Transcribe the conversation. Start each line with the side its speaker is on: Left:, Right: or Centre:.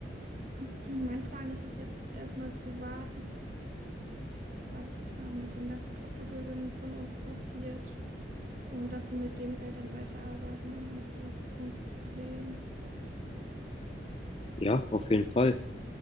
Right: <clears throat> mein Plan ist es jetzt erstmal zu warten, was äh, mit dem ganzen Kryptogewinn von uns passiert und dass wir mit dem Geld dann weiterarbeiten an unseren Zukunftsplänen.
Left: Ja, auf jeden Fall.